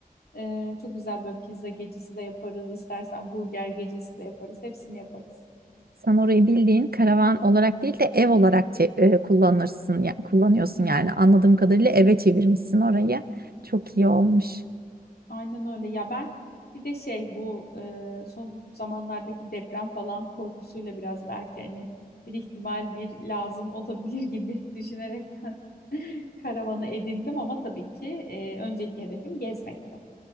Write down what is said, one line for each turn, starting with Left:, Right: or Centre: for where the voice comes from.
Left: Ee, çok güzel böyle pizza gecesi de yaparız. İstersen burger gecesi de yaparız. Hepsini yaparız.
Right: Sen orayı bildiğin karavan olarak değil de ev olarak çe- e, kullanırsın ya kullanıyorsun yani anladığım kadarıyla eve çevirmişsin orayı. Çok iyi olmuş.
Left: Aynen öyle. Ya ben bir de şey bu e, son zamanlardaki deprem falan korkusuyla biraz belki hani bir ihtimal bir lazım olabilir gibi <laughs> düşünerekten <laughs> karavanı edindim ama tabii ki e, önceki hedefim gezmekti.